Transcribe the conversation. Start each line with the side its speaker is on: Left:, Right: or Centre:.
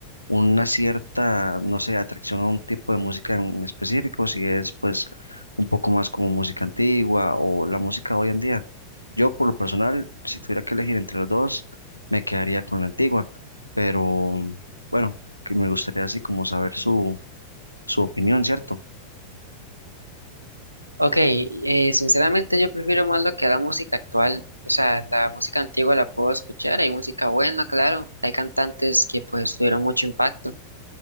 Left: una cierta, no sé, atracción a un tipo de música en específico, si es pues un poco más como música antigua o la música hoy en día. Yo por lo personal, si tuviera que elegir entre las dos, me quedaría con la antigua, pero mm, bueno, que me gustaría así como saber su, su opinión, ¿cierto?
Right: Ok, eh, sinceramente yo prefiero más lo que la música actual, o sea, la música antigua la puedo escuchar, hay música buena, claro, hay cantantes que pues tuvieron mucho impacto,